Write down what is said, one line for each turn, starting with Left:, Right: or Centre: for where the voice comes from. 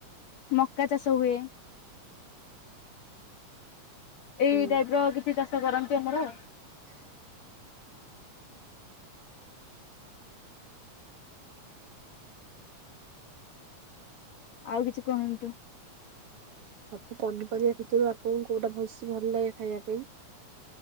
Left: ମକା ଚାଷ ହୁଏ, ଏଇ
Right: ହୁଁ।
Left: ଟାଇପ ର କିଛି ଚାଷ କରନ୍ତି ଆମର ଆଉ କିଛି କୁହନ୍ତୁ।
Right: ସବୁ ପନିପରିବା ଭିତରୁ ଆପଣଙ୍କୁ କୋଉଟା ଭଲସେ ଭଲ ଲାଗେ ଖାଇବା ପାଇଁ?